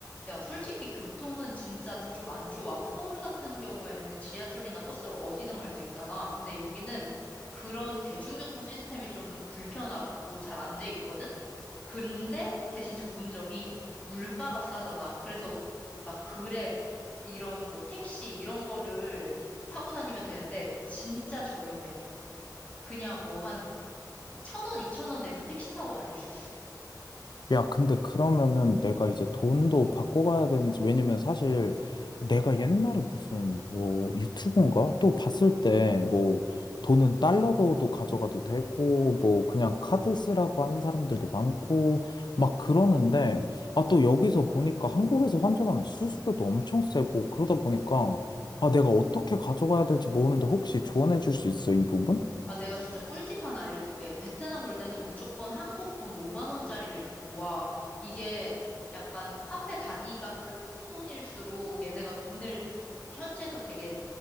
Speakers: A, on the left; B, on the left.
A: 야, 솔직히 교통은 진짜 좀 안 좋아. 서울 같은 경우에는 지하철이나 버스로 어디든 갈 수 있잖아. 근데 여기는 그런 대중교통 시스템이 좀 불편하고 잘 안 돼 있거든? 근데 대신 좋은 점이 물가가 싸잖아. 그래서 막 그랩 이런 뭐 택시 이런 거를 타고 다니면 되는데 진짜 저렴해. 그냥 뭐 한 천 원, 이천 원 내면 택시 타고 다닐 수 있어.
B: 야, 근데 그러면은 내가 이제 돈도 받고 가야 되는지, 왜냐면 사실 내가 옛날에 무슨 뭐 유튜브인가? 또 봤을 때 뭐 돈은 달러로도 가져가도 되고, 뭐 그냥 카드 쓰라고 하는 사람들도 많고, 막 그러는데, 아, 또 여기서 보니까 한국에서 환전하면 수수료도 엄청 세고, 그러다 보니까, 아, 내가 어떻게 가져가야 될지 모르는데 혹시 조언해 줄 수 있어, 이 부분?
A: 아, 내가 진짜 꿀팁 하나 알려줄게. 베트남 올 때는 무조건 한국 돈 5만 원짜리를 들고 와. 이게 약간 화폐 단위가 큰 돈일수록 얘네가 돈을 현지에서 되게